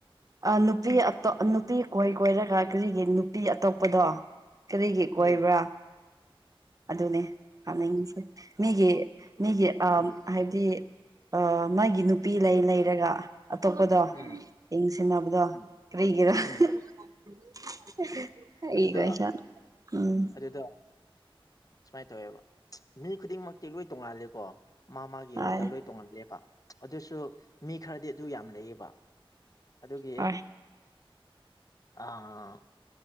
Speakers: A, on the right; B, on the left.
A: ꯑ ꯅꯨꯄꯤ ꯑꯇꫭ ꯅꯨꯄꯤ ꯀꯣꯏ ꯀꯣꯏꯔꯒ ꯀꯔꯤꯒꯤ ꯅꯨꯄꯤ ꯑꯇꯣꯞꯄꯗꯣ ꯀꯔꯤꯒꯤ
B: ꯎꯝ
A: ꯑꯣꯏꯕ꯭ꯔꯥ ꯑꯗꯨꯅꯦ ꯍꯥꯅꯤꯡꯉꯤꯁꯦ ꯃꯤꯒꯤ ꯃꯤꯒꯤ ꯑ
B: ꯎꯝ
A: ꯍꯥꯏꯕꯗꯤ ꯑ ꯃꯥꯒꯤ ꯅꯨꯄꯤ
B: ꯎꯝ
A: ꯂꯩ ꯂꯩ ꯔꯒ ꯑꯇꯣꯞꯄꯗꯣ
B: ꯎꯝ
A: ꯌꯦꯡꯁꯤꯟꯅꯕꯗꯣ
B: ꯎꯝ
A: ꯀꯔꯤꯒꯤꯔ
B: ꯎꯝ
A: <unintelligible>
B: ꯑꯗꯨꯗ ꯑꯗꯨꯗꯣ ꯁꯨꯃꯥꯏꯅ ꯇꯧꯋꯦꯕ ꯃꯤ ꯈꯨꯗꯤꯡꯃꯛꯇꯤ ꯂꯣꯏ ꯇꯣꯡꯉꯥꯂꯦꯀꯣ ꯃꯥ ꯃꯥꯒꯤ
A: ꯍꯣꯏ
B: ꯋꯥꯈꯜ ꯂꯣꯏ ꯇꯣꯡꯉꯜꯂꯦꯕ ꯑꯗꯨꯁꯨ ꯃꯤ ꯈꯔꯗꯤ ꯑꯗꯨ ꯌꯥꯝ ꯂꯩꯌꯦꯕ ꯑꯗꯨꯒꯤ
A: ꯍꯣꯏ
B: ꯑꯥ